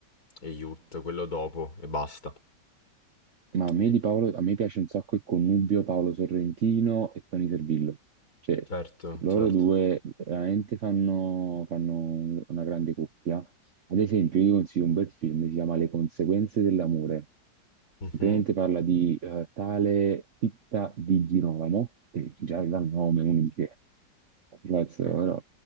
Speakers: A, on the left; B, on the right.
A: E Youth, quello dopo, e basta.
B: Ma a me
A: Sì.
B: di Paolo, a me piace un sacco il connubio Paolo Sorrentino e Tony Servillo. Cioè,
A: Certo,
B: loro
A: certo.
B: due veramente fanno, fanno un- una grande coppia. Ad esempio, io vi consiglio un bel film, si chiama Le conseguenze dell'amore.
A: Mhm.
B: Praticamente parla di eh, tale Titta di Girolamo, che già dal nome uno dice Grazie,
A: Ok.
B: ora.